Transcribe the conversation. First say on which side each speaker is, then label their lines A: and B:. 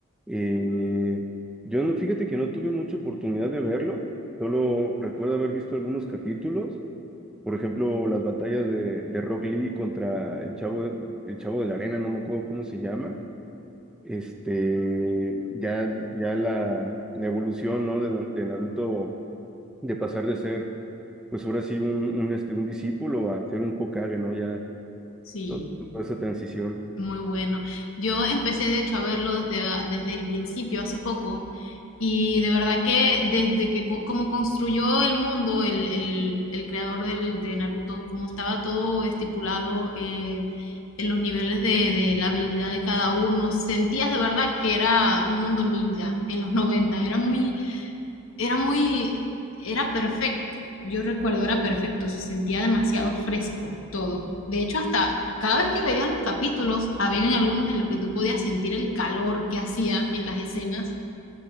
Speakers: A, in the centre; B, on the left.
A: Eh, yo no, fíjate que no tuve mucha oportunidad de verlo, solo recuerdo haber visto algunos capítulos Por ejemplo, las batallas de, de Rock Lee contra el Chavo, el Chavo de la Arena, no me acuerdo cómo se llama. Este, ya, ya la, la evolución, ¿no? de, de Naruto, de pasar de ser, pues ahora sí, un, un, este, un discípulo a ser un Hokage, ¿no? Ya
B: Sí,
A: to- toda esa transición.
B: muy bueno. Yo empecé de hecho a verlo desde, a- desde el principio, hace poco. Y de verdad que desde que co- como construyó el mundo, el, el- el creador del, de Naruto, como estaba todo estipulado eh, en los niveles de, de la habilidad de cada uno, sentías de verdad que era un mundo ninja en los noventa Era muy, era muy, era perfecto. Yo recuerdo, era perfecto. Se sentía demasiado fresco todo. De hecho, hasta cada vez que veías los capítulos, habían algunos en los que tú podías sentir el calor que hacía en las escenas